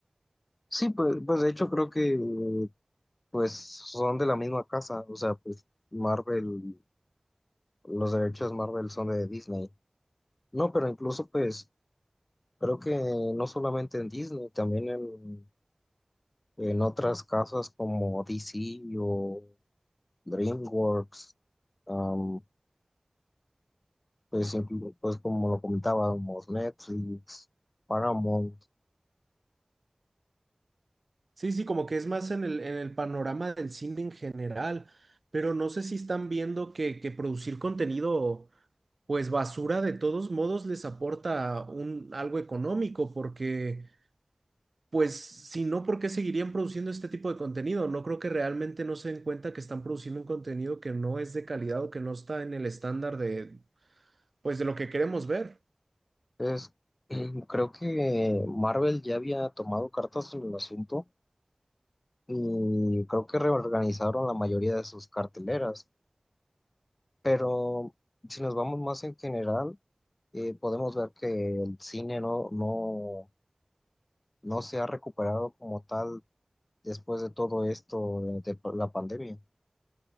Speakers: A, on the left; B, on the right.
A: Sí, pues, pues de hecho creo que eh, pues son de la misma casa, o sea, pues Marvel. Los derechos Marvel son de Disney. No, pero incluso pues creo que no solamente en Disney, también en, en otras casas como DC o DreamWorks, am, pues, inclu- pues como lo comentábamos, Netflix, Paramount.
B: Sí, sí, como que es más en el, en el panorama del cine en general, pero no sé si están viendo que, que producir contenido pues basura de todos modos les aporta un algo económico porque pues si no, ¿por qué seguirían produciendo este tipo de contenido? No creo que realmente no se den cuenta que están produciendo un contenido que no es de calidad o que no está en el estándar de pues de lo que queremos ver.
A: Es, <clears throat> creo que Marvel ya había tomado cartas en el asunto y creo que reorganizaron la mayoría de sus carteleras. Pero si nos vamos más en general, eh, podemos ver que el cine no, no, no se ha recuperado como tal después de todo esto de, de la pandemia.